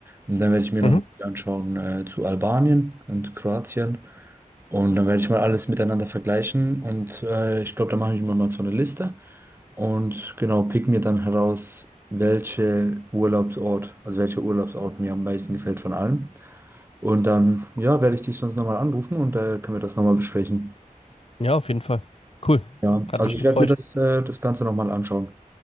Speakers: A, on the right; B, on the left.
A: und dann werde ich mir noch
B: Mhm.
A: ein Video anschauen äh, zu Albanien und Kroatien und dann werde ich mal alles miteinander vergleichen und äh, ich glaube, da mache ich mir mal so eine Liste und genau, pick mir dann heraus, welche Urlaubsort, also welcher Urlaubsort mir am meisten gefällt von allen und dann, ja, werde ich dich sonst nochmal anrufen und äh, können wir das nochmal besprechen.
B: Ja, auf jeden Fall. Cool.
A: Ja,
B: Hat
A: also
B: mich
A: ich
B: gefreut.
A: werde mir das, äh, das Ganze nochmal anschauen.